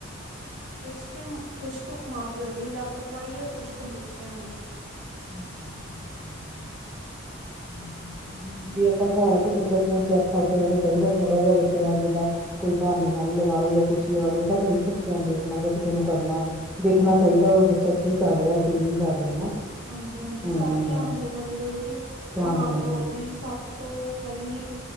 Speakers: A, on the right (about 55°); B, in the centre.
A: ਇਸ ਕੁਛ ਕ ਮਾਂ-ਪਿਓ ਦੀ ਲਾਪਰਵਾਹੀ ਐ, ਕੁਛ ਕ ਬੱਚਿਆਂ ਦੀ।
B: <unintelligible> ਮਤਲਬ ਜੇ ਅਪਾਂ ਕਾਰ ਆ ਕੇ ਬੱਚੇ ਦਾ ਫੋਨ ਚੈੱਕ ਕਰਦੇ ਰੈਣਾ ਚਾਈਦੈ ਥੋੜਾ ਜਾ ਬੱਚੇ ਨਾਲ ਜਿੱਦਾਂ ਕੋਈ ਬਹਾਨੇ ਨਾਲ ਹੀ ਲਗਾ ਲੋ ਯਾ ਕੁੱਛ ਵੀ ਲਗਾ ਲੋ ਬੇਟਾ ਦਈਂ ਇਕ ਮਿੰਟ ਫੋਨ ਦੇਖਣਾ ਜਰ ਕਿਸੇ ਨੂੰ ਕਰਨਾ,
A: ਹਾਂਜੀ
B: ਦੇਖਣਾ ਚਾਹੀਦੈ ਵਾ ਬੱਚਾ ਕੀ ਕਰ ਰਿਆ ਕੀ ਨਹੀਂ ਕਰ ਰਿਆ ਨਾ।
A: ਹਾਂਜੀ-ਹਾਂਜੀ,
B: ਹਮ
A: ਸਭ ਧਿਆਨ ਦੇਣਾ ਜ਼ਰੂਰੀ ਏ,
B: ਧਿਆਨ
A: ਮਾਂ-ਪਿਓ
B: ਦੇਣਾ ਚਾਹੀਦਾ
A: ਵੀ ਸਭ ਤੋਂ ਪਈ